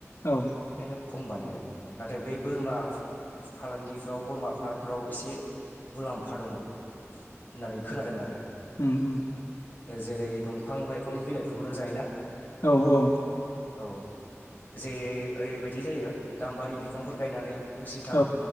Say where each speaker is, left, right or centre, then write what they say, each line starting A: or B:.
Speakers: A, on the left; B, on the left.
A: औ औ
B: बेखायनो खम बानायबाय नाथाय बे बोरमा फा फालांगिफ्राव बोरमा फार्मफ्राव एसे मुलाम्फा दङ होननानै खोनादों आरो।
A: उम उम
B: ओ जेरै दंफां लाइफांनि बिलाइफोरखौनो जायोना।
A: औ औ।
B: औ जे ओरैबायदि जायो गाम्बारि बिफांफोर गायनानै मुसिथां
A: औ